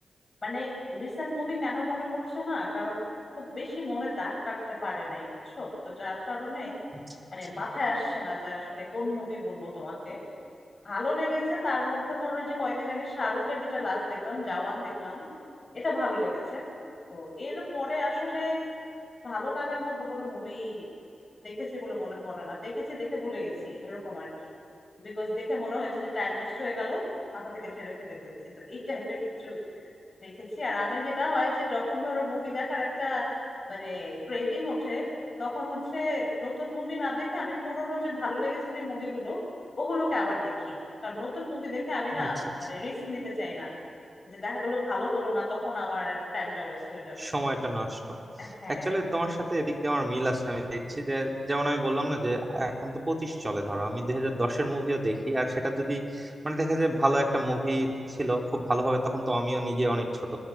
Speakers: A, on the left; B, on the right.
A: মানে রিসেন্ট মুভি কেন মনে পড়ছে না কারণ খুব বেশি মনে দাগ কাটতে পারে নাই বুঝছো তো যার কারণে
B: আচ্ছা
A: মানে
B: আচ্ছা।
A: মাথায় আসছে না যে আসলে কোন মুভি বলবো তোমাকে ভালো লেগেছে তার মধ্যে ধরো এই যে কয়েকদিন আগে শাহরুখের যেটা লাস্ট দেখলাম জওয়ান দেখলাম এটা ভালো লেগেছে তো এর পরে আসলে ভালো লাগার মতো কোনো মুভি দেখেছি বলে মনে পড়ে না দেখেছি দেখে ভুলে গেছি এরকম আর কি বিকজ দেখে মনে হয়েছে যে টাইম ওয়েস্ট হয়ে গেল মাথা থেকে ছেড়ে ফেলে দিয়েছি তো এই টাইপের কিছু দেখেছি আর আমি যেটা হয় যে যখন ধরো মুভি দেখার একটা মানে ক্রেভিং ওঠে তখন হচ্ছে নতুন মুভি না দেখে আমি পুরোনো যে ভালো লেগেছে যে মুভিগুলো ওগুলোকে আবার দেখি কারণ নতুন মুভি দেখে আমি না
B: আচ্ছা আচ্ছা
A: মানে রিস্ক নিতে চাই না যে দেখা গেলো ভালো হলো না তখন আমার টাইমটা ওয়েস্ট হয়ে যাবে
B: সময়টা নষ্ট
A: হ্যাঁ হ্যাঁ
B: অ্যাকচুয়ালি তোমার সাথে এদিক দিয়ে আমার মিল আছে আমি দেখছি যে যেমন আমি বললাম না যে এখন তো পঁচিশ চলে ধরো আমি দুই হাজার দশের মুভিও দেখি আর সেটা যদি মানে দেখা যায় ভালো একটা মুভি ছিল খুব ভালোভাবে তখন তো আমিও নিজে অনেক ছোট